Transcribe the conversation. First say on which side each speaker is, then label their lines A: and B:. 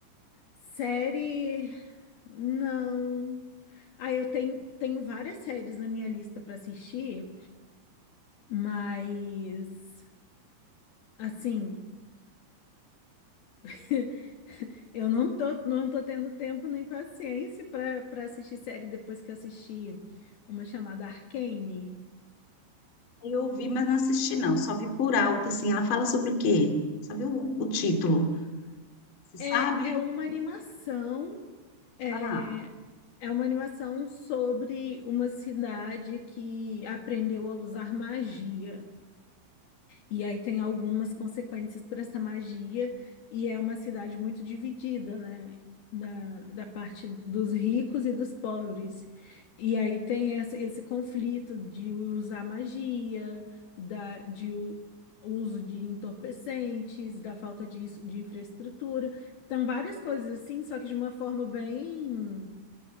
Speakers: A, on the left; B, on the left.
A: Série, não. Ah, eu tenho, tenho várias séries na minha lista para assistir. Mas, assim, <laughs> eu não tô, não tô tendo tempo nem paciência para para assistir série depois que assisti uma chamada Arcane.
B: Eu vi, mas não assisti, não. Só vi por alto, assim. Ela fala sobre o quê? Só vi o, o título. Você sabe?
A: É, é uma animação, é,
B: Ah,
A: é uma animação sobre uma cidade que aprendeu a usar magia. E aí tem algumas consequências para essa magia, e é uma cidade muito dividida, né? Da, da parte dos ricos e dos pobres. E aí tem essa, esse conflito de usar magia, da, de u- uso de entorpecentes, da falta de, is- de infraestrutura. Então, várias coisas assim, só que de uma forma bem.